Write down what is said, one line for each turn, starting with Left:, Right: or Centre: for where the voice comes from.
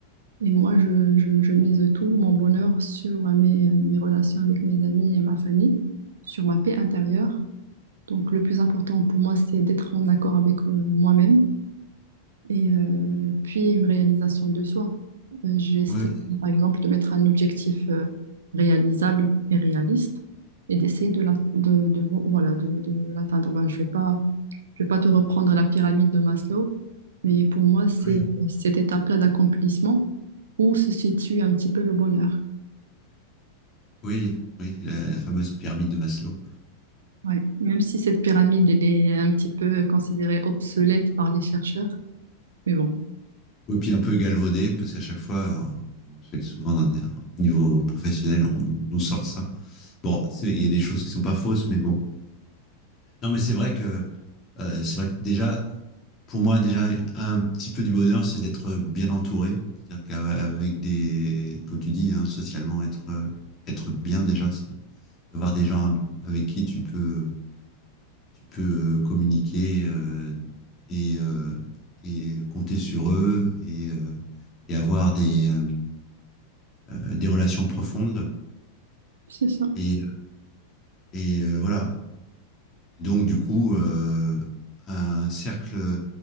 Right: Et moi, je, je, je mise tout mon bonheur sur euh, mes, mes relations avec mes amis et ma famille, sur ma paix intérieure. Donc, le plus important pour moi, c'est d'être en accord avec euh, moi-même et euh, puis une réalisation de soi. Euh, j'essaie,
Left: Oui,
Right: par exemple, de mettre un objectif euh, réalisable et réaliste et d'essayer de, la- de, de- voilà, de, de l'atteindre. Ben, je vais pas, je vais pas te reprendre la pyramide de Maslow, mais pour moi, c'est
Left: oui,
Right: cette étape-là d'accomplissement où se situe un petit peu le bonheur.
Left: Oui, oui, la, la fameuse pyramide de Maslow.
Right: Ouais. Même si cette pyramide, elle est un petit peu considérée obsolète par les chercheurs, mais bon,
Left: Et puis un peu galvaudée, parce qu'à chaque fois, on- on sait que souvent, dans des- au niveau professionnel, on nous nous sort ça. Bon, c'est- il y a des choses qui sont pas fausses, mais bon. Non, mais c'est vrai que, euh, c'est vrai que déjà, pour moi, déjà, un petit peu du bonheur, c'est d'être bien entouré. C'est-à-dire qu'avec des, comme tu dis, hein, socialement, être, euh, être bien déjà, c'est d'avoir des gens avec qui tu peux tu peux euh, communiquer euh, et, euh, et compter sur eux et, euh, et avoir des, euh, euh, des relations profondes.
Right: c'est ça.
Left: Et, et, euh, voilà. Donc, du coup, euh, un cercle